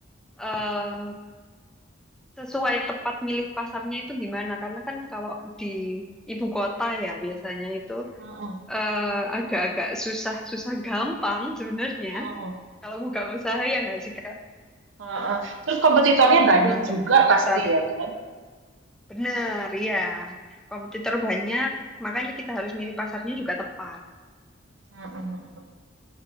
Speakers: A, in the centre; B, on the right.
A: eh, sesuai tepat milih pasarnya itu gimana. Karena kan kalau di ibu kota ya biasanya itu
B: mm-mm,
A: eh, agak-agak susah, susah gampang sebenarnya.
B: mm-mm,
A: Kalau buka usaha ya nggak sih Kak?
B: mm-mm. Terus kompetitornya
A: Kalau
B: banyak
A: beruntung
B: juga
A: jadi besar.
B: pasti ya kan.
A: Benar, ya. Kompetitor banyak, makanya kita harus milih pasarnya juga tepat.
B: Mm-mm, mm-mm.